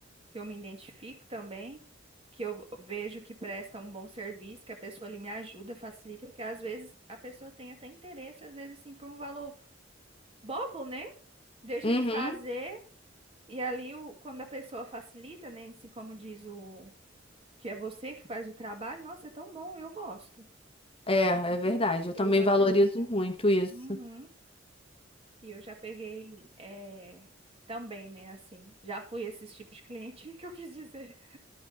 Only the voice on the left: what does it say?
Uhum.
É,
é
verdade. Eu
também
valorizo
muito isso.